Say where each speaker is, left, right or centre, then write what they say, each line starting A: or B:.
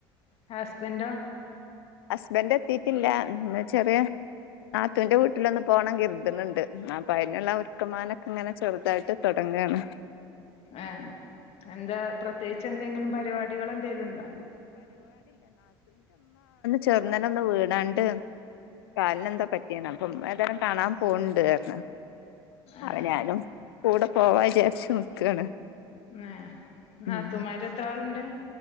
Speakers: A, on the left; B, on the left.
A: ഹസ്ബൻഡോ
B: ഹസ്ബൻഡ് എത്തീട്ടില്ല പിന്നെ ചെറിയ നാത്തൂന്റെ വീട്ടിലൊന്ന് പോണം കരുതുന്നുണ്ട് അപ്പൊ അതിനുള്ള ഒരുക്കമാനൊക്കെ ഇങ്ങനെ ചെറുതായിട്ട് തുടങ്ങയാണ്
A: ആ എന്താ പ്രത്യേകിച്ച് എന്തെങ്കിലും പരിപാടികൾ എന്തേലും ഉണ്ടോ
B: ചെറുന്നന ഒന്ന് വീണാണ്ട് കാലിന് എന്താ പറ്റിയാണ് അപ്പം ഏതായാലും കാണാൻ പോണുണ്ട് പറഞ്ഞു
A: ആഹ്
B: അവനാലും കൂടെ പോവാ വിചാരിച്ചു നിക്കാണ്.
A: ആഹ് നാത്തുമാര്
B: ഉം
A: എത്ര ആള്ണ്ട്?